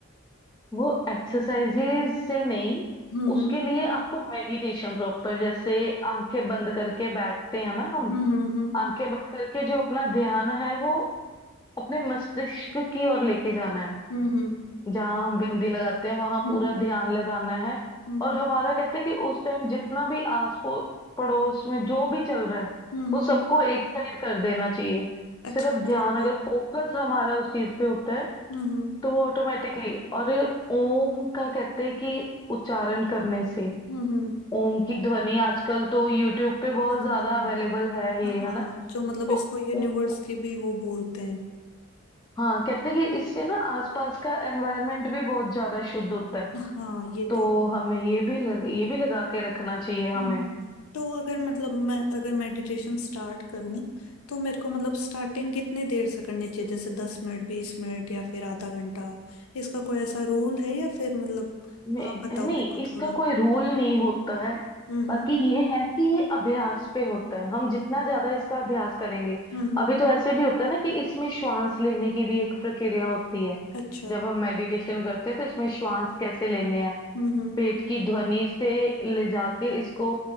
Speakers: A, on the left (about 15°); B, on the left (about 85°).
A: वो एक्सरसाइजेस से नहीं
B: हम्म
A: उसके
B: हम्म
A: लिए आपको मेडिटेशन प्रॉपर जैसे आंखें बंद करके बैठते हैं ना हम
B: हम्म हम्म
A: आंखें बंद करके जो अपना ध्यान है वो अपने मस्तिष्क की ओर लेके जाना है
B: हम्म
A: जहाँ हम बिंदी लगाते हैं वहां
B: हम्म
A: पूरा ध्यान लगाना है
B: हम्म
A: और हमारा कहते हैं कि उस टाइम जितना भी आस पो- पड़ोस में जो भी चल रहा है
B: हम्म
A: वो
B: हम्म
A: सबको एक साइड कर देना चाहिए
B: अच्छा
A: सिर्फ
B: मतलब
A: ध्यान अगर फोकस हमारा उस चीज पे होता है
B: हम्म हम्म
A: तो वो ऑटोमेटिकली और ओम का कहते हैं कि उच्चारण करने से
B: हम्म
A: ओम की ध्वनि आजकल तो यूट्यूब पे बहुत
B: हाँ
A: ज्यादा
B: हाँ
A: अवेलेबल है ये
B: हाँ
A: है ना
B: जो मतलब
A: तो
B: इसको यूनिवर्स
A: ओम
B: की भी वो बोलते हैं
A: हाँ कहते हैं कि इससे ना आसपास का एनवायरनमेंट भी बहुत ज्यादा शुद्ध होता है
B: हाँ ये
A: तो
B: तो है
A: हमें ये भी लग, ये भी लगा के रखना चाहिए हमें
B: हम्म तो अगर मतलब मैं अगर मेडिटेशन स्टार्ट करूं तो मेरे को मतलब स्टार्टिंग कितने देर से करनी चाहिए जैसे दस मिनट बीस मिनट या फिर आधा घंटा इसका कोई ऐसा रूल है या फिर मतलब
A: मैं,
B: आप बताओ
A: नहीं
B: मेरे को
A: इसका
B: थोड़ा
A: कोई रूल नहीं होता है
B: हम्म
A: बाकी ये है कि ये अभ्यास पे होता है हम जितना ज्यादा इसका अभ्यास करेंगे
B: हम्म हम्म।
A: अभी तो ऐसे भी होता है ना कि इसमें श्वास लेने की भी एक प्रक्रिया होती है
B: अच्छा
A: जब हम मेडिटेशन करते हैं तो इसमें श्वास कैसे लेने हैं
B: हम्म हम्म
A: पेट की ध्वनि से ले जाके इसको